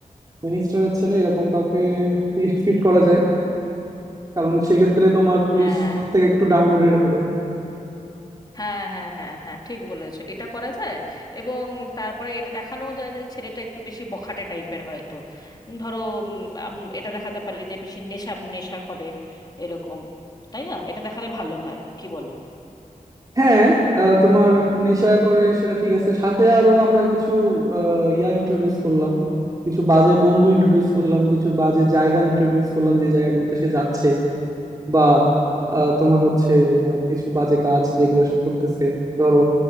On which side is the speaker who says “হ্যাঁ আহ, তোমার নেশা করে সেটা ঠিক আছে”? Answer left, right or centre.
Right